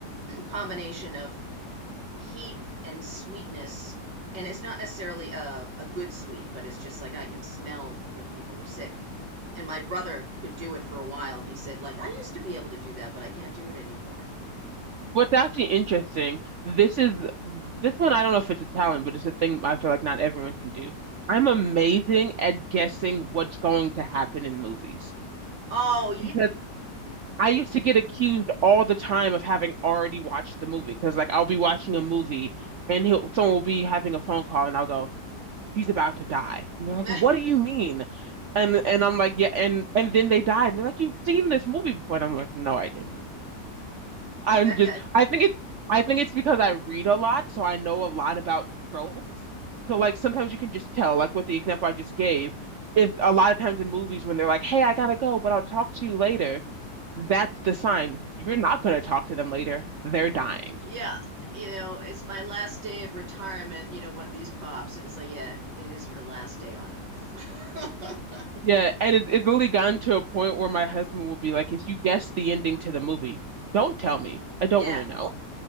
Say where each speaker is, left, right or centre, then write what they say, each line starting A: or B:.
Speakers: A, on the right (about 80°); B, on the right (about 60°).
A: <clears throat> combination of heat and sweetness. And it's not necessarily a, a good sweet, but it's just like I can smell when people are sick. And my brother could do it for a while. He said, like, I used to be able to do that, but I can't do it anymore.
B: What's actually interesting, this is this one I don't know if it's a talent, but it's a thing I feel like not everyone can do. I'm amazing at guessing what's going to happen in movies
A: Oh,
B: because I used to get accused all the time of having already watched the movie because like I'll be watching a movie and he'll someone will be having a phone call and I'll go, he's about to die. And they're like,
A: yeah.
B: what
A: <laughs>
B: do you mean? And and I'm like, yeah, and and then they died. And they're like, you've seen this movie before. And I'm like, no, I didn't.
A: Like
B: I'm
A: that
B: just
A: guy,
B: I think it's I think it's because I read a lot, so I know a lot about tropes. So like sometimes you can just tell, like with the example I just gave, if a lot of times in movies when they're like, "Hey, I gotta go, but I'll talk to you later," that's the sign you're not gonna talk to them later. They're dying.
A: yeah, you know, it's my last day of retirement, you know, one of these cops. And it's like, yeah, it is your last day on earth. <laughs>
B: Yeah, and it, it's literally gotten to a point where my husband will be like, "If you guess the ending to the movie, don't tell me. I don't
A: Yeah.
B: want to know."